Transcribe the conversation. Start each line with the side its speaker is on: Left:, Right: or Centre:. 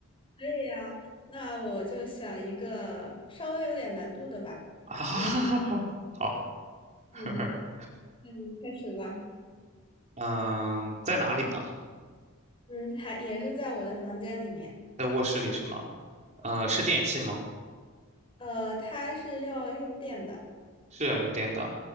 Left: 可以呀，那我就想一个稍微有点难度的吧。
Right: <laughs> 啊，
Left: 嗯
Right: 好，
Left: 嗯，
Right: <laughs>
Left: 那你开始吧。
Right: 嗯，在哪里呢？
Left: 嗯，还也是在我的房间里面。
Right: 在卧室里是吗？呃，是电器吗？
Left: 嗯，呃，它是要用电的。
Right: 是要用电的。